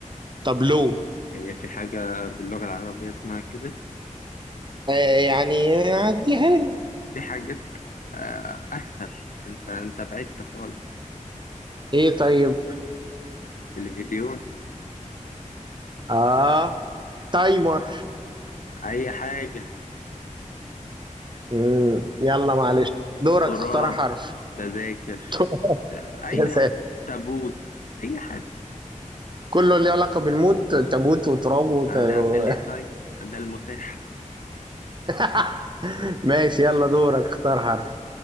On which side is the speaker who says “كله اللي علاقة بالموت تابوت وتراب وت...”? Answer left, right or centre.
Right